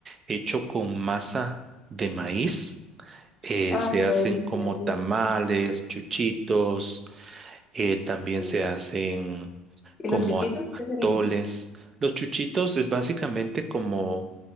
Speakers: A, on the right; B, on the left.
A: hecho con masa de maíz. Eh,
B: Ay,
A: se hacen
B: qué delicia,
A: como tamales,
B: sí.
A: chuchitos, eh, también
B: Ujú.
A: se hacen
B: ¿Y
A: como
B: los chichitos
A: a- atoles.
B: qué serían?
A: Los chuchitos es básicamente como